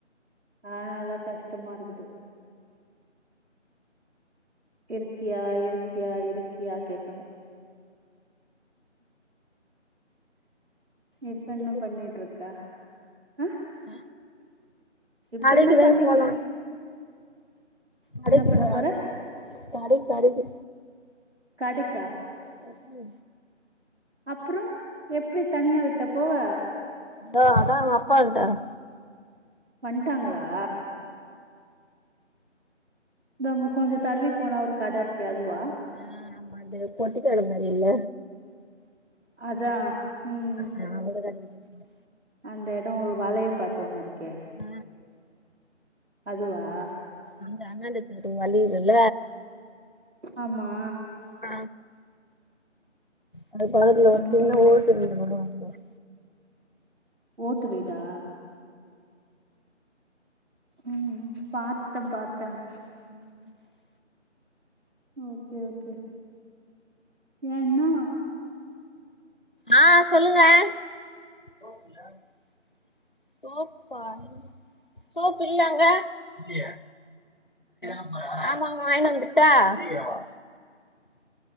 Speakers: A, on the right; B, on the left.
A: ஆ அதா கஷ்டமா இருக்குது. இருக்கியா இருக்கியா இருக்கியா கேக்கணு. இப்ப
B: <inaudible>
A: என்ன பண்ணிட்ருக்க ஆ
B: அ
A: இப்ப
B: கடைக்கு
A: என்ன
B: எதாது
A: பண்ணிக்கிட்ருக்க
B: போலா. கடைக்கி
A: என்ன பண்ண
B: போலானே
A: போற
B: கடைக் கடைக்கி.
A: கடைக்கா?
B: அ உ
A: அப்புரோம் எப்டி தனியா விட்டா போவ
B: தா அதான் அவன் அப்பா வன்டாரு
A: வன்ட்டாங்களா தா அங்க கொஞ்சம் தள்ளி போனா ஒரு கடை இருக்கே அதுவா
B: அ ஆமா அது பொட்டிக்கட மாறி இல்ல
A: அதா ம்
B: நா கூட <unintelligible>
A: அந்த எடம் வலைய பாத்து ஒன்னு இருக்கே
B: ஆ
A: அதுவா
B: அந்த அண்டாத்து வழிதுல்ல
A: ஆமா
B: ஹ அது பக்கத்துல ஒரு
A: அங்கே
B: சின்ன ஓட்டுவீடு ஒன்னு வரும் பாரு
A: ஓட்டு வீடா ம் பாத்தே பாத்தேன்
B: <inaudible>
A: ஓகே ஓகே ஏன்னா
B: ஆ சொல்லுங்க <unintelligible> சோப் இல்ல அங்க இல்லியே ஆமா ஆமா வாயின் வந்துட்டா சீக்கிர வா